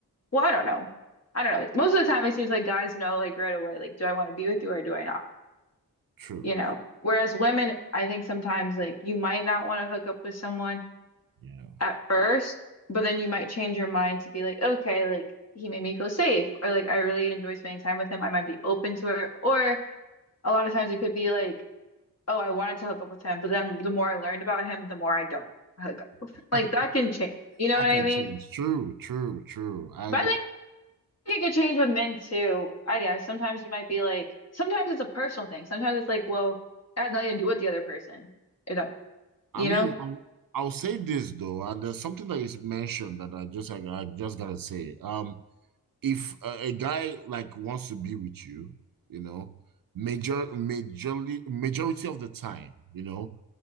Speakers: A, on the left; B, on the right.
A: well, I don't know. I don't know. Most of the time it seems like guys know like right away, like, do I want to be with you or do I not?
B: True.
A: You know. Whereas women, I think sometimes like you might not want to hook up with someone
B: Yeah.
A: at first, but then you might change your mind to be like, okay, like he made me feel safe, or like I really enjoy spending time with him. I might be open to it. Or a lot of times it could be like, oh, I wanted to hook up with him, but then the more I learned about him, the more I don't hook up with him.
B: <laughs>
A: Like that can change. You know what
B: I can
A: I mean?
B: change. True, true, true. I
A: But
B: agree.
A: I think it could change with men too. I guess sometimes you might be like, sometimes it's a personal thing. Sometimes it's like, well, it has nothing to do with the other person. If that, you
B: I mean,
A: know?
B: I'll, I'll say this though, and there's something that is mentioned that I just I, I just gotta say. Um if a, a guy like wants to be with you, you know, major majorly majority of the time, you know,